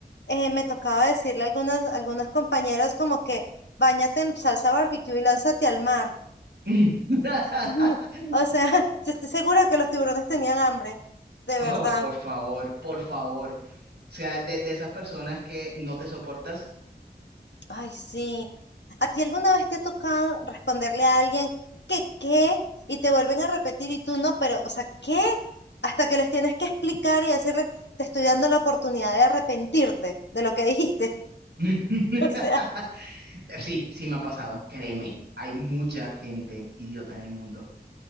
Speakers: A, on the left (about 90°); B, on the right (about 85°).
A: eh, me tocaba decirle a algunas, algunos compañeros como que bañate en salsa barbecue y lánzate al mar.
B: <laughs>
A: <laughs> O sea, <laughs> yo estoy segura que los tiburones tenían hambre, de verdad.
B: Oh, por favor, por favor. O sea, de, de esas personas que no te soportas.
A: Ay, sí. ¿A ti alguna vez te ha tocado responderle a alguien que qué? Y te vuelven a repetir y tú no, pero, o sea, ¿qué? Hasta que les tienes que explicar y decirles, te estoy dando la oportunidad de arrepentirte de lo que dijiste.
B: <laughs>
A: <laughs> O sea.
B: Sí, sí me ha pasado, créeme. Hay mucha gente idiota en el mundo.